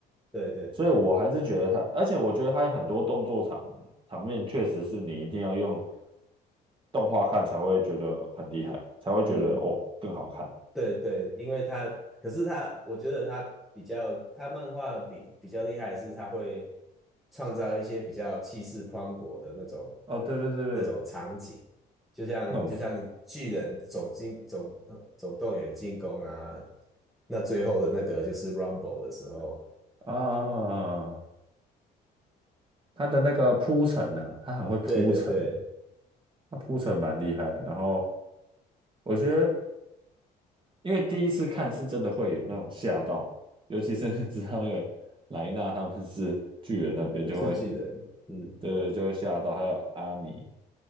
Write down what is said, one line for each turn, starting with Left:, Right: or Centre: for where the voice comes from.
Centre: 对对对，
Right: 所以我还是觉得他，而且我觉得他很多动作场场面确实是你一定要用动画看才会觉得很厉害，才会觉得哦更好看
Centre: 嗯，对对，因为他，可是他，我觉得他比较，他漫画比比较厉害的是，他会创造一些比较气势磅礴的那种
Right: 哦，对对对对，
Centre: 那种场景，就像就像巨人总进总呃总动员进攻啊，
Right: 那种
Centre: 那最后的那个就是 Rumble 的时候，
Right: 啊，他的那个铺陈啊，他很会铺陈，
Centre: 对对对，
Right: 他铺陈蛮厉害的然后我觉得，因为第一次看是真的会有那种吓到，尤其是 <laughs> 知道那个莱纳他们是巨人那边就会，
Centre: 是巨人，嗯。
Right: 对对，就会吓到，还有阿尼